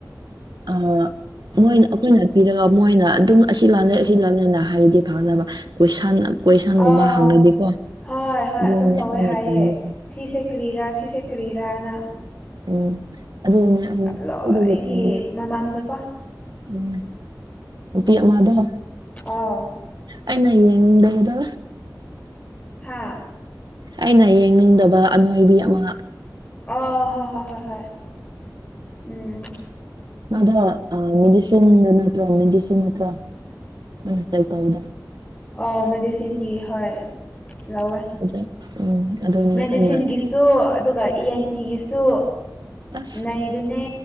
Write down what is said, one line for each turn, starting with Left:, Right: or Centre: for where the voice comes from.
Right: ꯑ ꯃꯣꯏꯅ ꯑꯩꯈꯣꯏꯅ ꯄꯤꯔꯒ ꯃꯣꯏꯅ ꯑꯗꯨꯝ ꯑꯁꯤ ꯂꯥꯜꯂꯦ ꯑꯁꯤ ꯂꯥꯜꯂꯦꯅ ꯍꯥꯏꯔꯗꯤ ꯐꯒꯗꯕ ꯀꯣꯏ ꯁꯟ ꯀꯣꯏꯁꯟꯒꯨꯝꯕ
Left: ꯑꯥꯎ
Right: ꯍꯪꯉꯔꯗꯀꯣ
Left: ꯍꯣꯏ ꯍꯣꯏ
Right: ꯑꯗꯨꯅꯦ
Left: ꯑꯗꯨꯝ ꯇꯧꯋꯦ
Right: ꯑꯩꯅ
Left: ꯍꯥꯏꯌꯦ
Right: ꯇꯟꯂꯤꯁꯦ
Left: ꯁꯤꯁꯦ ꯀ꯭ꯔꯤꯔꯥ ꯁꯤꯁꯦ ꯀ꯭ꯔꯤꯔꯥꯅ
Right: ꯎꯝ ꯑ <unintelligible>
Left: ꯂꯣꯏꯒꯤ ꯃꯃꯥꯡꯗꯀꯣ
Right: ꯎꯝ ꯏꯄꯤ ꯑꯃꯥꯗꫭ
Left: ꯑꯧ
Right: ꯑꯩꯅ ꯌꯦꯡꯅꯤꯡꯗꯕꯗ
Left: ꯍꯥꯥ
Right: ꯑꯩꯅ ꯌꯦꯡꯅꯤꯡꯗꯕ ꯑꯅꯣꯏꯕꯤ ꯑꯃ
Left: ꯑꯣ ꯍꯣ ꯍ ꯍ ꯍꯣꯏ ꯎꯝ
Right: ꯃꯗꫭ ꯃꯦꯗꯤꯁꯤꯟꯗꯅꯠꯇ꯭ꯔ ꯃꯦꯗꯤꯁꯤꯟꯠꯇꯗ <unintelligible>
Left: ꯑꯣ ꯃꯦꯗꯤꯁꯤꯟꯒꯤ ꯍꯣꯏ ꯂꯧꯋꯦ
Right: ꯑꯗꯨ ꯎꯝ ꯑꯗꯨꯅꯦ
Left: ꯃꯦꯗꯤꯁꯤꯟꯒꯤ
Right: ꯑꯩꯅ
Left: ꯁꯨ ꯑꯗꯨꯒ ꯏꯤ ꯑꯦꯟ ꯇꯤꯒꯤꯁꯨ
Right: ꯑꯁ
Left: ꯅꯩꯕꯅꯦ